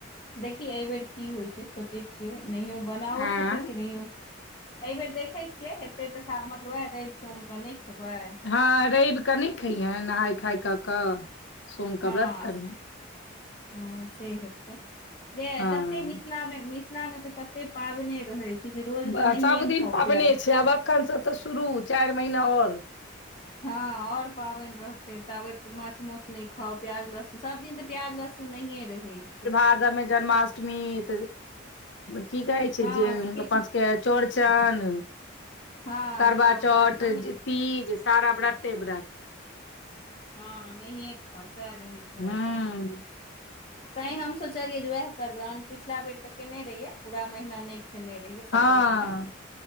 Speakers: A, on the left; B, on the left.
A: देखि एहि बेेर की होइत छै, सोचै छियै नहियो बनाबो
B: आँ
A: सकैत छै नहियो एहिबेर देखैय छियै, हेते तऽ सा मतलब वएह रवि सोम के नहि खेबैय।
B: हँ रैब क नहि खइहै, नहाय खाय कऽ कऽ। सोम कऽ
A: हँ,
B: व्रत करिहे
A: हँ से हेतैय, जे
B: हँ
A: तते मिथिलामे मि मिथिला मे त तते पावने रहै छै जे रोज
B: बा
A: तऽ नहिये
B: सभदिन
A: खाउ
B: पाबने
A: प्याज
B: छै, आब अखन सब तऽ शुरू चारि महिना आओर।
A: हँ आऔर पाबनि रहते, ताबैत माछ माउस नहि खाउ। प्याज- लहसुन सब दिन तऽ प्याज लहसुन नहिये रहै छै।
B: आगामे जन्माष अष्टमी त। की कहै छै
A: हँ
B: जे
A: से
B: ओ
A: किछु
B: पाँचके चौड़चन
A: हँ
B: करबा
A: दुर्गा
B: चौट,
A: पूजा सबमे
B: तीज
A: तऽ
B: सारा ब्रते- ब्रत।
A: हँ नहिए खाउ, सएह रहै छै हरदम।
B: हूं
A: तहि हम सोचलियै जे वएह करबैय, पिछला बेर तऽ केने रहिये पूरा महीना नहि खेने जहिये सावनो
B: हँ
A: मे,